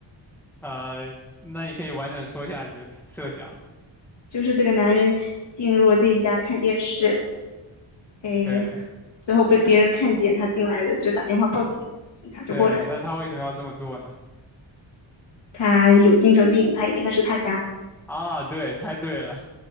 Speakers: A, in the centre; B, on the left.
A: 呃，那你可以完整说一下你的猜设想。
B: 就是这个男人进入了这一家看电视，诶，
A: 对
B: 之后被别人看见他进来的，就打电话报警，警察就过来了。
A: 对，那他为什么要这么做呢？
B: 他有精神病，他以为那是他家。
A: 啊，对，猜对了，